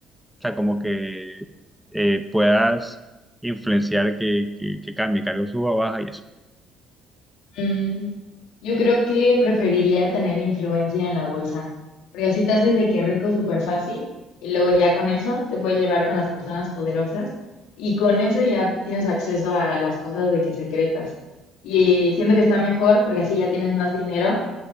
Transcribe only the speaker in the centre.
O sea, como que eh, puedas influenciar que, que, que cambie, cargo suba o baja y eso.